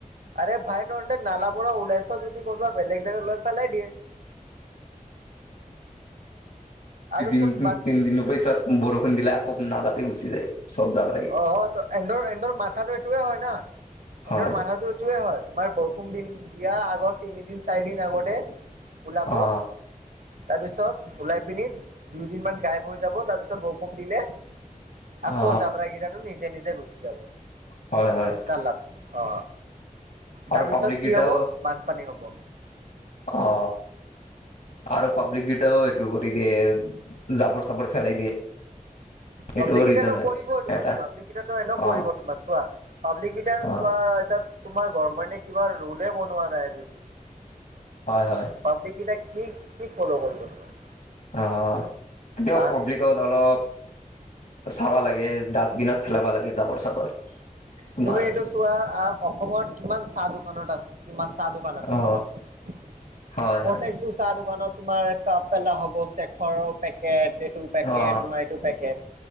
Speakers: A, on the right; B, on the left.
A: আৰে ভাই তহঁতে নালা পৰা ওলাইছ যদি কৰবা বেলেগ জেগাত লৈ পেলাই দিয়ে। আৰু
B: দুই দিন
A: চোন বান
B: তিনিদিনৰ পিছত বৰষুণ দিলে আকৌ নালাতে গুচি যায় চব জাব
A: অ ত এন্ধৰ এন্ধৰ মাথাটো এইটোৱে হয় না
B: হয়
A: এন্ধৰ মাথাটো এইটোয়ে হয় তোমাৰ বৰ ষূণ দিন বিয়া আগৰ তিনিদিন চাৰি দিন আগতে ওলাব,
B: অ
A: তাৰপিছত ওলাই পিনি দুইদিনমান গাইব হৈ যাব তাৰপিছত বৰষুণ দিলে আকৌ
B: অ
A: জাব্ৰা কেইটা নিজে নিজে গুচি যাব
B: হয় হয়
A: নালাত। অ
B: আৰু
A: তাৰপিছত
B: পাব্লিক কেইটাও
A: কি হব বানপানী হব।
B: অ আৰু পাব্লিক কেইটাও এইটো কৰি দিয়ে জাবৰ চাবৰ ফেলাই দিয়ে।
A: পাব্লিক
B: এইটোও
A: কেইটাতো
B: ৰিজন হয়
A: কৰিবই তোমাৰ
B: এটা
A: পাব্লিক কিতাতো এনে কৰিব
B: অ
A: তোমাৰ চোৱা। পাব্লিকিটাৰ
B: অ
A: চোৱা এতিয়া তোমাৰ গভমেন্টে কিবা ৰোলে বনোৱা নাই যদি।
B: হয় হয়।
A: পাব্লিকটা কিতাই কি ফল' কৰিব তোমাৰ।
B: অ দিয়ক
A: হা
B: পাব্লিক ত অলপ চাবা লাগে ডাষ্টবিনত পেলাব লাগে জাবৰ চাবৰ। তোমাৰ
A: তুমি এইটো চোৱা আহ অসমত কিমান চাহ দোকানত আছে। চিমা চাহ দোকান আছে
B: অ
A: ভাবাচোন <unintelligible>
B: হয় হয়
A: টো চাহ দোকানত তোমাৰ কাপ পেলা হ'ব চেখৰৰ পেকেট এইটো পেকেট
B: অ
A: তোমাৰ এইটো পেকেট।